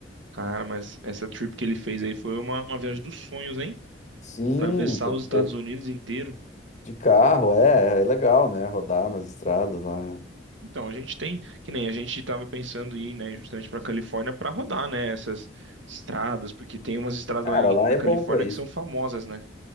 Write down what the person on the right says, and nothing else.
Cara, mas essa trip que ele fez aí foi uma, uma viagem dos sonhos, hein?
Atravessar
os Estados Unidos inteiro.
Então, a gente tem, que nem a gente estava pensando em ir, né, justamente para Califórnia para rodar, né, essas estradas, porque tem umas estradas
lá em-
na
Califórnia
que são famosas, né?